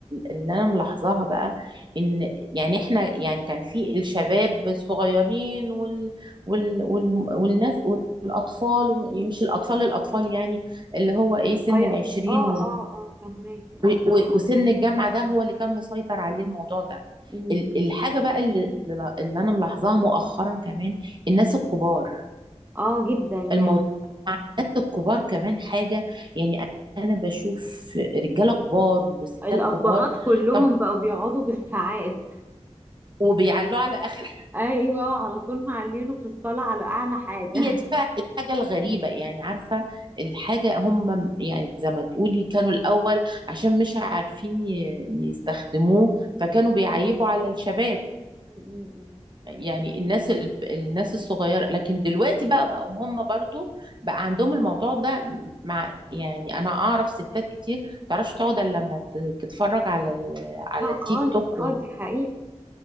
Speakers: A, on the right (about 40°); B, on the right (about 15°).
A: اللي انا ملاحظاها بقى ان يعني احنا يعني كان في الشباب الصغيرين وال... وال... وال... والناس والاطفال مش الاطفال الاطفال يعني اللي هو ايه سن
B: غير-
A: العشرين
B: اه اه اه فهماكي اه
A: و- و- وسن الجامعة ده هو اللي كان مسيطر عليه الموضوع ده
B: امم
A: ال- الحاجة بقى اللي, اللي أنا ملاحظاها مؤخرا كمان الناس الكبار
B: اه جدا يعني
A: الموضوع مع الناس الكبار كمان حاجة يعني أنا بشوف رجالة كبار وستات
B: الابهات
A: كبار
B: كلهم
A: طب
B: بقوا بيقعدوا بالساعات
A: وبيعلوا على آخر <laughs> حاجة.
B: ايوه على طول معلينه في الصاله على اعلى حاجه
A: هي دي بقى الحاجة الغريبة يعني عارفة الحاجة هم يعني زي ما تقولي كانوا الأول عشان مش عارفين ي- يستخدموه فكانوا بيعيبوا على الشباب
B: <laughs> م- م- م.
A: يعني الناس ال- الناس الصغيرة لكن دلوقتي بقى بقوا هم برضو بقى عندهم الموضوع ده مع يعني انا اعرف ستات كتير ما تعرفش تقعد الا لما ت- تتفرج على ال- على
B: لا
A: التيك
B: خالص
A: توك
B: اه دي حقيقه